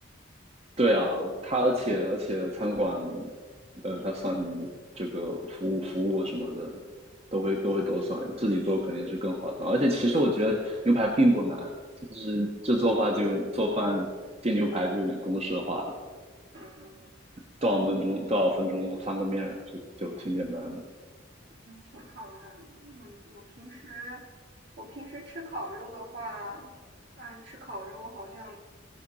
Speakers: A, on the right (about 30°); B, on the right (about 65°).
A: 对啊，它而且而且餐馆，呃，它算你这个服务服务什么的，都会都会都算，自己做肯定是更划算。而且其实我觉得牛排并不难，就是这做法就做饭煎牛排就有点公式化，
B: 嗯，
A: 多少分钟多少分钟翻个面儿就就挺简单的
B: 嗯，挺好的。嗯，我平时我平时吃烤肉的话，爱吃烤肉，我好像